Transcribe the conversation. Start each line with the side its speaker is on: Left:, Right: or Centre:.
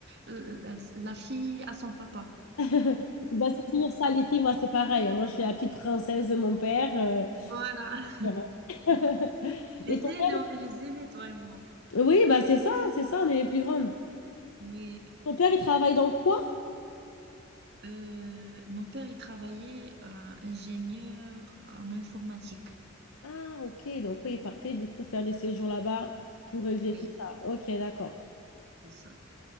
Right: euh, la, la fille à son papa.
Left: <laughs> Bah, c'est toujours ça, les filles, moi, c'est pareil. Moi, je suis la petite princesse de mon père. euh,
Right: Voilà.
Left: voilà. <laughs>
Right: <laughs> Les
Left: Et ton
Right: aînés,
Left: père?
Right: on est les aînés, toi et moi.
Left: Oui, bah, c'est ça, c'est ça, on est les plus grandes.
Right: Oui.
Left: Ton père, il travaille dans quoi?
Right: Euh, mon père, il travaillait euh, ingénieur en informatique.
Left: Ah, ok, donc oui, il partait du coup faire des séjours là-bas pour régler
Right: Oui,
Left: tout ça. Ok, d'accord.
Right: c'est ça.